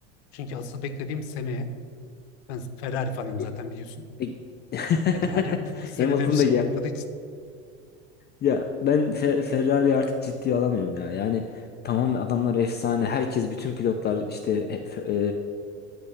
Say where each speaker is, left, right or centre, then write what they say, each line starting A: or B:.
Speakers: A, on the left (about 65°); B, on the left (about 30°).
A: Çünkü asıl beklediğim seneye ben Ferrari fanıyım zaten
B: E-
A: biliyorsun.
B: e- <laughs>
A: Ferrari bu, bu senede
B: Hamilton
A: bir şey
B: da geldi.
A: yapmadığı için
B: Ya ben Fe Ferrari artık ciddiye alamıyorum ya. Yani tamam adamlar efsane. Herkes bütün pilotlar işte e, F- e,